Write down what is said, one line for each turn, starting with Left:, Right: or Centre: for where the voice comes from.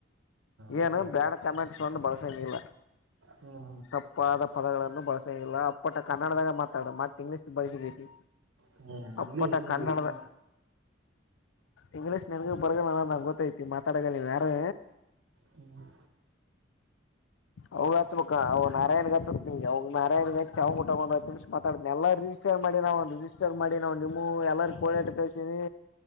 Right: ಹೌದಾ
Left: ಏನು ಬ್ಯಾಡ್ ಕಮೆಂಟ್ಸ್ ಬಂದು ಬಳಸಂಗಿಲ್ಲ
Right: ಹ್ಮ್
Left: ತಪ್ಪಾದ ಪದಗಳನ್ನು ಬಳಸಿಲ್ಲ ಅಪ್ಪಟ್ಟ ಕನ್ನಡದಾಗ ಮಾತಾಡ ಮತ್ತೆ ಇಂಗ್ಲೀಷ್ ಬಳಸಿದೀರಿ
Right: ಹ್ಮ್ ಏ ಇಂಗ್ಲೀಷ್
Left: ಅಪ್ಪಾ
Right: ಇಂಗ್ಲೀಷ್
Left: ಕನ್ನಡದ ಇಂಗ್ಲೀಷ್ ನನಗ ಬರಗ ನಂಗ ಗೊತ್ತೈತಿ ಮಾತಾಡಗಲ್ಲ ನೀ ಯಾರು
Right: ಹ್ಮ್
Left: ಹೌದು ಹಚ್ಬೇಕು. ಕ ಅವ ನಾರಾಯಣ ಗ ಹಚ್ತಿನೀ ಅವ್ ನಾರಾಯಣ ಗ ಹಚ್ಚಿ ಅವನ್ ಕೂಟ ಹತ್ ನಿಮಿಷ ಮಾತಾಡತಿನಿ ಎಲ್ಲ ರಿಜಿಸ್ಟರ್ ಮಾಡಿ ನ. ರಿಜಿಸ್ಟರ ಮಾಡಿನೀ ನಿಮವು ಎಲ್ಲಾರ್ ಕೋಡಾಟ ಕಳಿಸಿನಿ.